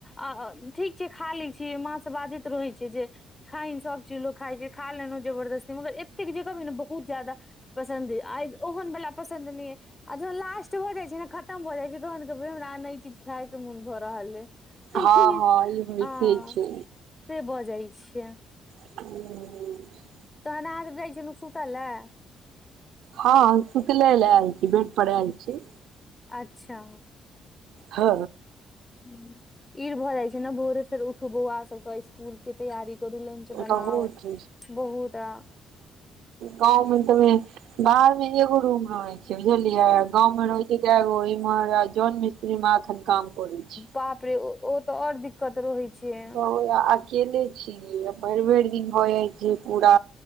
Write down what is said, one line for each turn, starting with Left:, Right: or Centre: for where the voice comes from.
Left: आ ठीक छैय खा लै छी माँ सभ बाजैत रहैय छैय जे खाइ सभचीज लोक खाइ छैय खा लेलहु जबरदस्ती मगर एतेक जे कहबैयने बहुत जादा पसन्द अइ ओहन बला पसंन्द नय अइ। आ जहन लास्ट भऽ जाय छैय ने खतम भऽ जाय छैय तहन कहबैय हमरा ने ई चीज खाय के मन भ रहल अइ।
Right: हँ हँ ई होइते
Left: हँ
Right: छै
Left: से भऽ जाइ छियै।
Right: <inaudible>
Left: तहन हाँ सब जाइ छलु सुतऽ लए।
Right: हँ सुतले लए आयल छी, बेड पर आयल छी।
Left: अच्छा।
Right: हँ।
Left: ह ईर भऽ जाइ छैय ने भोरे फेर उठू बौआ सबके इसकुलके तैयारी करू लंच बनाउ
Right: बहुत
Left: बहुत आ
Right: गाँव में त मेन बाहरमे एगो रूम रहय।। बुझलियै गांव मे रहिके कै गो इमहर जोन मिस्त्रीमे एखन काम करय छी।
Left: बाप रे ओ त आओर दिक्कत रहय छैय।
Right: बहु अकेले छीयै भरि-भरि दिन भऽ जाइ छैय पूरा